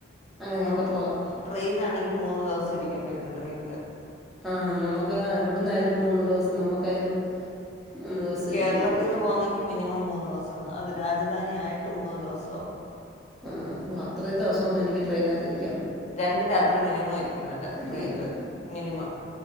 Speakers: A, in the centre; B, on the left.
A: അങ്ങനെയൊക്കെ
B: ആ
A: പോകാം
B: ട്രെയിൻ ആണെങ്കി മൂന്ന് ദിവസം ഇരിക്കേണ്ടി വരും ട്രെയിൻില്
A: ആഹ നമുക്ക് ഇവിടുന്നായാലും മൂന്ന് ദിവസം നമുക്കായാലും മൂന്ന് ദിവസം
B: കേരളത്തിൽന്ന്
A: ഇരിക്കേണ്ടി വരും
B: പോകണെങ്കിൽ മിനിമം മൂന്ന് ദിവസ രാജധാനി ആയിട്ട് മൂന്നു ദിവസം ആവും
A: ആഓ അത്രയും ദിവസം ഒന്ന് എനിക്ക് ട്രെയിനാകതിരിക്കാ
B: രണ്ടു രാത്രി മിനിമം ഇരിക്കുന്നുല്ല
A: ഇരിക്കണം
B: ട്രെയിനൽ മിനിമം